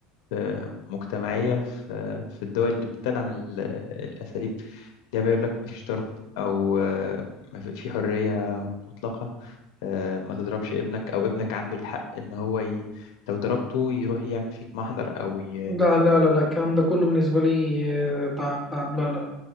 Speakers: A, on the left; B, in the centre.
A: آه، مجتمعية في في الدول اللي بتدعم ال- الأساليب ده بيقول لك مفيش ضرب أو آه، مف- في حرية مطلقة آه، ما تضربش ابنك أو ابنك عنده الحق إن هو ي... لو ضربته يروح يعمل فيك محضر أو ي...
B: لا لا لا لا الكلام ده كله بالنسبة لي آه، تعب تعب لا لا